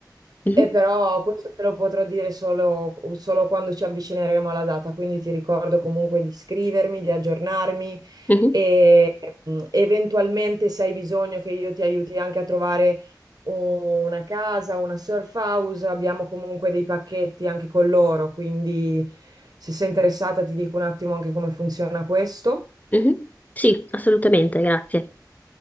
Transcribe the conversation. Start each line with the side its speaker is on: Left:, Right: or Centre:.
Left: Mhm,
Right: e però questo te lo potrò dire solo, solo quando ci avvicineremo alla data, quindi ti ricordo comunque di iscrivermi, di aggiornarmi
Left: mhm,
Right: e mm, eventualmente se hai bisogno che io ti aiuti anche a trovare una casa, una surf house, abbiamo comunque dei pacchetti anche con loro, quindi se sei interessata ti dico un attimo anche come funziona questo.
Left: mhm. Sì, assolutamente, grazie.